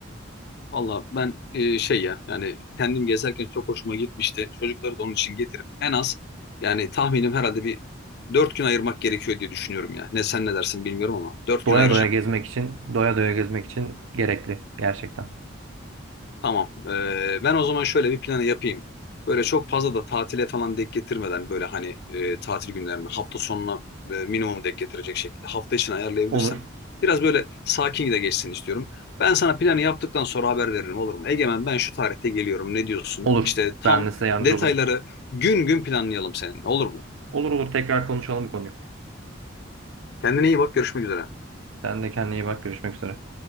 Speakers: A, on the left (about 50°); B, on the right (about 80°).
A: Valla ben e, şey ya yani kendim gezerken çok hoşuma gitmişti. Çocukları da onun için getirip en az yani tahminim herhalde bir dört gün ayırmak gerekiyor diye düşünüyorum ya. Ne sen ne dersin bilmiyorum ama dört
B: Doya
A: gün ayıracağım.
B: doya gezmek için, doya doya gezmek için gerekli gerçekten.
A: Tamam. Ee, ben o zaman şöyle bir planı yapayım. Böyle çok fazla da tatile falan denk getirmeden böyle hani e, tatil günlerine hafta sonuna e, minimum denk getirecek şekilde hafta içine ayarlayabilirsem
B: Olur,
A: biraz böyle sakin de geçsin istiyorum. Ben sana planı yaptıktan sonra haber veririm olur mu? Egemen ben şu tarihte geliyorum ne diyorsun?
B: olur.
A: İşte tam
B: Ben de size yardımcı
A: detayları
B: olurum.
A: gün gün planlayalım seninle olur mu?
B: Olur olur tekrar konuşalım bu konuyu.
A: Kendine iyi bak görüşmek üzere.
B: Sen de kendine iyi bak. Görüşmek üzere.